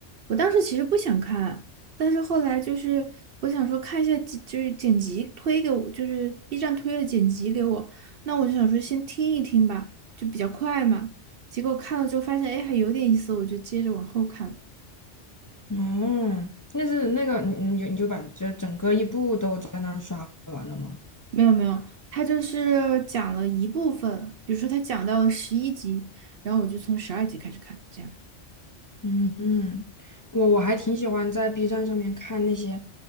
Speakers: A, on the right (about 60°); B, on the left (about 20°).
A: 我当时其实不想看，但是后来就是我想说看一下剪就是剪辑推给我，就是 B 站推了剪辑给我，那我就想说先听一听吧，就比较快嘛。结果看了之后发现，哎，还有点意思，我就接着往后看。
B: 哦，那是那个，你你就你就把这整个一部都在那儿刷完了吗？
A: 没有没有，他就是讲了一部分，比如说他讲到了十一集，然后我就从十二集开始看，这样。
B: 嗯嗯，我我还挺喜欢在 B 站上面看那些